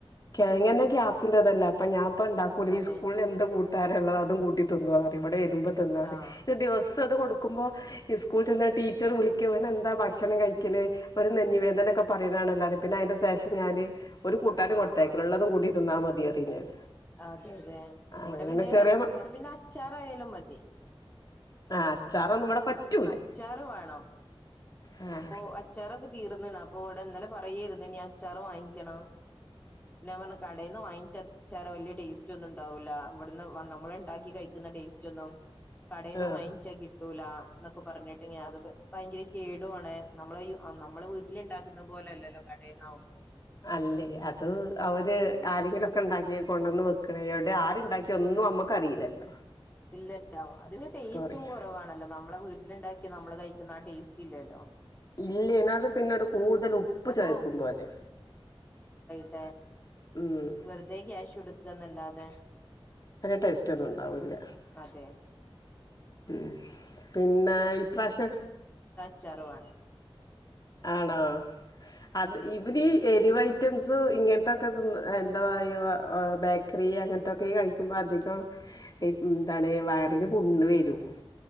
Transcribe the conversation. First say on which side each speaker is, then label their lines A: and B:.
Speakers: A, on the left (about 40°); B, on the left (about 20°).
A: കെഴങ്ങന്നെ ഗ്യാസിന്റെ ഇതല്ലേ അപ്പ ഞാപ്പ ഉണ്ടാക്കൂല്ല നീ
B: അതെ
A: സ്കൂളിന്ന് എന്ത് കൂട്ടാന ഉള്ളതും കൂട്ടി തി ന്തുവാന്നു പറയും ഇവിടെ വര്മ്പോ തിന്നാറയും
B: ആഹ്
A: ഈ ദിവസ് ത് കൊടുക്കുമ്പോ ഇ സ്കൂളിൽ ചെന്ന ടീച്ചർ വിളിക്കും ഇവനെന്താ ഭക്ഷണം കഴിക്കല് ഒരു നെഞ്ഞിവേദനൊക്കെ പറയണാണ്ല്ല അതിപിന്നെ അതിന്റെ ശേഷം ഞാന് ഒരു കൂട്ടാനും
B: ആഹ്
A: കൊ ബാക്കിലുള്ളതും
B: ആഹ്
A: കൂടി തിന്നാ മതി പറയും ഞാൻ
B: അതെ അതെ ഇവിടെ
A: അങ്ങനെ
B: പിന്നെ
A: ചെറിയ മ
B: ഇവിടെ പിന്നെ അച്ചാർ ആയാലും മതി
A: ആ അച്ചാറൊന്നും ഇവിടെ പറ്റൂല
B: അച്ചാർ വേണം
A: ആ
B: ഇപ്പൊ അച്ചാറൊ തീർന്നാണ് അപ്പൊ ഇവിടെ ഇന്നലെ പറയാരുന്നു ഇനി അച്ചാറ് വാങ്ങിക്കണം പിന്നെ ഞാ പറഞ്ഞ് കടെന്ന് വാങ്ങിച്ച ച്ചാർ വലിയ ടേസ്റ്റ് ഒന്നും ഉണ്ടാവില്ല ഇവിടുന്ന് നമ്മള്ണ്ടാക്കി കഴിക്കുന്ന ടേസ്റ്റ് ഒന്നും കടേന്നു
A: ആ
B: വാങ്ങിച്ച കി ട്ടൂല്ലാ എന്നൊക്കെ പറഞ്ഞിട്ട് ഞാ അത് ഭയങ്കര കേടുവാണ് നമ്മള് നമ്മളെ വീട്ടിലിണ്ടാക്കുന്ന പോലെല്ലല്ലോ കടെന്നാവുമ്പോ
A: അല്ലേ അത് അവര്
B: അതെ
A: ആരെങ്കിലോക്കെ ഇണ്ടാക്കി കൊണ്ടന്ന് വെക്കണ ഇവിടെ ആരുണ്ടാക്കി റ്റൊന്നും അമ്മക്ക് അറിയിന്ന്ല്ല
B: ഇല്ലല്ല അതിന് ടേസ്റ്റും
A: പറയില്ല
B: കുറവാണല്ലോ നമ്മളെ വീട്ടിലുണ്ടാക്കി നമ്മള് കയി ക്കുന്ന ആ ടേസ്റ്റ് ഇല്ലല്ലോ
A: ഇല്ല്യെ ന്ന അത് പിന്നെരു കൂടുതൽ ഉപ്പ്
B: അത്
A: ചോയക്കും പോലെ
B: എ
A: ഉം
B: വെറുതെ ക്യാഷ് കൊടുക്ക്ആന്നല്ലാതെ
A: വല്ല്യ ടേസ്റ്റ് ഒന്നും ഉണ്ടാവില്ല
B: അതെ
A: ഉം പിന്നെ ഈ പ്രാവശ്യം
B: ച്ചാറുവേണം
A: ആണോ അത്
B: ഉം
A: ഇവരി എ <unintelligible> ഐറ്റംസ് ഇങ്ങൻത്തെ ത്തത് തിന്ന് എന്താ വായി വ ബേക്കറി അങ്ങനത്തൊക്കെ കഴിക്കുമ്പോ അധികം എന്താണ് വയറിന് പുണ്ണ് വരും